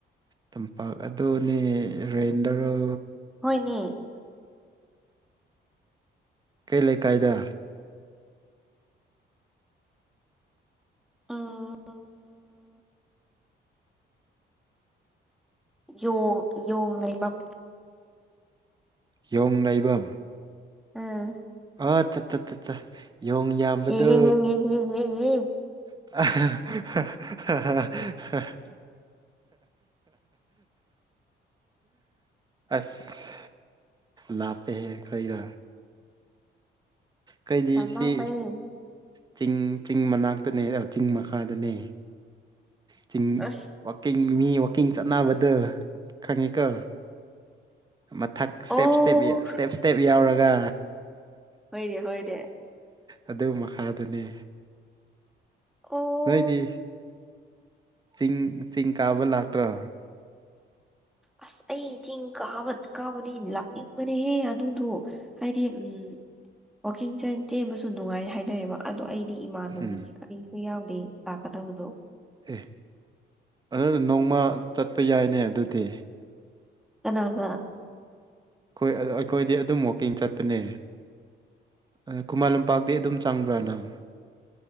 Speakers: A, on the right; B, in the centre.
A: ꯇꯝꯄꯥꯛ ꯑꯗꯨꯅꯦ ꯔꯦꯟꯗꯔꯣ
B: ꯍꯣꯏꯅꯦ
A: ꯀꯩ ꯂꯩꯀꯥꯏꯗ
B: ꯎꯝ ꯎꯝ ꯌꯣꯡ ꯌꯣꯡ ꯂꯩꯕꯝ
A: ꯌꯣꯡ ꯂꯩꯩꯕꯝ
B: ꯎꯝ
A: ꯑ ꯆꯠ ꯆꯠ ꯆꯠ ꯆꯥ ꯌꯣꯡ ꯌꯥꯝꯕꯗꯣ
B: ꯍꯦ ꯍꯦ ꯍꯦꯡ ꯍꯦꯡ ꯍꯦꯡ ꯍꯦꯡ ꯍꯦꯡ
A: <unintelligible> ꯑꯁ ꯂꯥꯞꯄꯦꯍꯦ ꯑꯩꯈꯣꯏꯒ ꯀꯩꯗꯤ
B: ꯌꯥꯝ ꯂꯥꯞꯄꯅꯦ
A: ꯁꯤ ꯆꯤꯡ ꯆꯤꯡ ꯃꯅꯥꯛꯇꯅꯦ ꯆꯤꯡ ꯃꯈꯥꯗꯅꯦ ꯆꯤꯡ
B: ꯑꯁ
A: ꯋꯥꯛꯀꯤꯡ ꯃꯤ ꯋꯥꯛꯀꯤꯡ ꯆꯠꯅꯕꯗꯨ ꯈꯪꯉꯤꯀꯣ ꯃꯊꯛ ꯏꯁꯇꯦꯞ
B: ꯑꯣ
A: ꯏꯁꯇꯦꯞꯕꯤꯌꯥ ꯏꯁꯇꯦꯞ ꯏꯁꯇꯦꯞ ꯌꯥꯎꯔꯒ
B: ꯍꯣꯏꯅꯦ ꯍꯣꯏꯅꯦ
A: ꯑꯗꯨ ꯃꯈꯥꯗꯅꯤ
B: ꯑꯣ
A: ꯅꯣꯏꯗꯤ ꯆꯤꯡ ꯆꯤꯡ ꯀꯥꯕ ꯂꯥꯛꯇ꯭ꯔꯣ
B: ꯑꯁ ꯑꯩ ꯆꯤꯡ ꯀꯥꯕ ꯀꯥꯕꯗꯤ ꯂꯥꯛꯅꯤꯡꯕꯅꯦꯍꯦ ꯑꯗꯨꯗꯣ ꯍꯥꯏꯗꯤ ꯎꯝ ꯋꯥꯛꯀꯤꯡ ꯆꯦꯟ ꯆꯦꯟꯕꯁꯨ ꯅꯨꯡꯉꯥꯏ ꯍꯥꯏꯅꯩꯌꯦꯕ ꯑꯗꯣ ꯑꯩꯗꯤ ꯏꯃꯥꯟꯅꯕꯤꯒꯤ
A: ꯎꯝ
B: ꯀꯔꯤꯁꯨ ꯌꯥꯎꯗꯦ ꯂꯥꯛꯀꯗꯕꯗꯣ
A: ꯑꯦ ꯑꯗꯨ ꯅꯣꯡꯃ ꯆꯠꯄ ꯌꯥꯏꯅꯦ ꯑꯗꯨꯗꯤ
B: ꯀꯅꯥꯒ
A: ꯑꯩꯈꯣꯏ ꯑꯩꯈꯣꯏꯗꯤ ꯑꯗꯨꯝ ꯋꯥꯛꯀꯤꯡ ꯆꯠꯄꯅꯦ ꯑ ꯈꯨꯃꯟ ꯂꯝꯄꯥꯛꯇꯤ ꯑꯗꯨꯝ ꯆꯪꯕ꯭ꯔꯥ ꯅꯪ